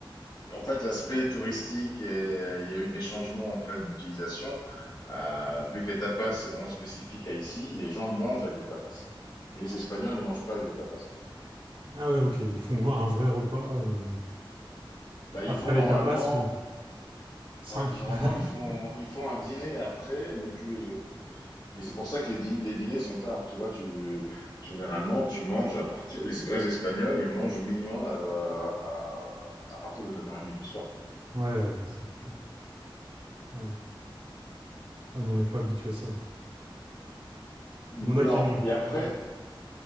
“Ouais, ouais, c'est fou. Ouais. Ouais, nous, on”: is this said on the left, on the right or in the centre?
Right